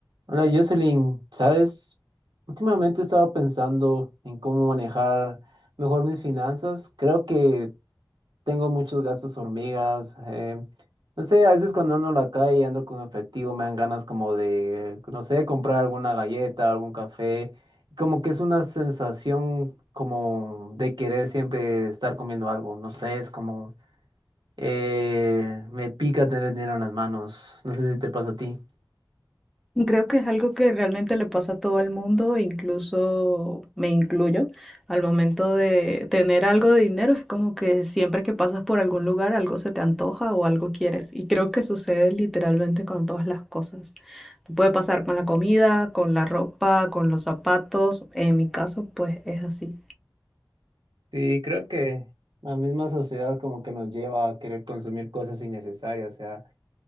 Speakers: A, on the right (about 85°); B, in the centre.
A: Hola Jocelyn, ¿sabes? Últimamente he estado pensando en cómo manejar mejor mis finanzas. Creo que tengo muchos gastos hormigas. eh, no sé, a veces cuando ando en la calle y ando con efectivo me dan ganas como de, no sé, comprar alguna galleta, algún café. Como que es una sensación como de querer siempre estar comiendo algo. No sé, es como eh, me pica tener dinero en las manos. No sé si te pasa a ti.
B: Creo que es algo que realmente le pasa a todo el mundo, incluso me incluyo. Al momento de tener algo de dinero, es como que siempre que pasas por algún lugar, algo se te antoja o algo quieres. Y creo que sucede literalmente con todas las cosas. Te puede pasar con la comida, con la ropa, con los zapatos. En mi caso, pues es así.
A: Sí, creo que la misma sociedad como que nos lleva a querer consumir cosas innecesarias, o sea,